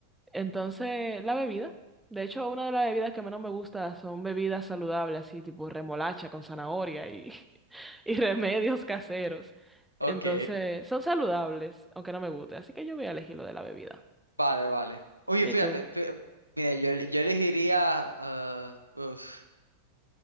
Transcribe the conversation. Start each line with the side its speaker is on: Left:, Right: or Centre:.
Centre: Entonces, la bebida. De hecho, una de las bebidas que menos me gusta son bebidas saludables, así tipo remolacha con zanahoria y, <laughs> y remedios caseros.
Right: Ok.
Centre: Entonces, son saludables, aunque no me guste. Así que yo voy a elegir lo de la bebida.
Right: Vale, vale. Oye,
Centre: ¿Y
Right: fíjate,
Centre: tú?
Right: fí- mira, yo, yo elegiría... ah, uf,